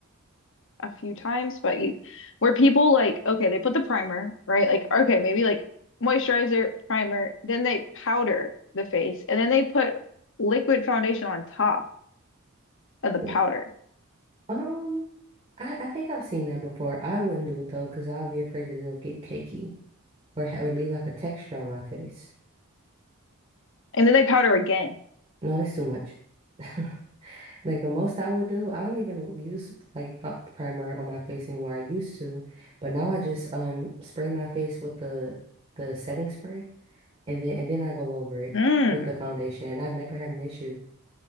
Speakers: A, on the left; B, on the right.
A: a few times, but you, where people like, okay, they put the primer, right? Like, okay, maybe like moisturizer, primer, then they powder the face, and then they put liquid foundation on top of the powder,
B: Uh, Um, I, I think I've seen that before. I wouldn't do it though, because I'll be afraid that it'll get cakey. or ha- or leave like a texture on my face.
A: and then they powder again.
B: No, that's too much. <laughs> Like the most I would do, I don't even use like pu- primer on my face anymore. I used to, but now I just um spray my face with the the setting spray and then and then I go over it
A: Hmm,
B: with the foundation and I've never had an issue.